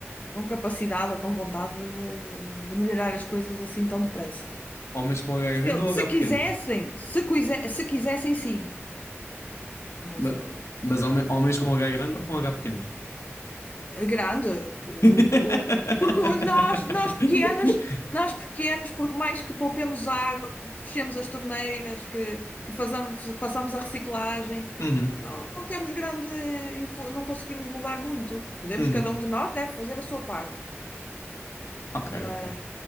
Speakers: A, on the left (about 35°); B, on the left (about 80°).
A: com capacidade ou com vontade de, de melhorar as coisas assim tão depressa.
B: Homens com H
A: Se,
B: grande
A: eu-
B: ou
A: se
B: H
A: quisessem,
B: pequeno?
A: se, quise- se quisessem, sim. Mas
B: Ma-
A: eu,
B: Mas, homen- homens com H grande ou com H pequeno?
A: a grande,
B: <laughs>
A: o, o- porque o- nós, nós pequenos, nós pequenos, porque mais que poupemos água, que fechemos as torneiras, que, que façamos, façamos a reciclagem,
B: Uhum,
A: Não, não temos grande influ... não conseguimos mudar muito. Podemos,
B: uhum.
A: cada um de nós deve fazer a sua parte,
B: Ok,
A: mas,
B: ok.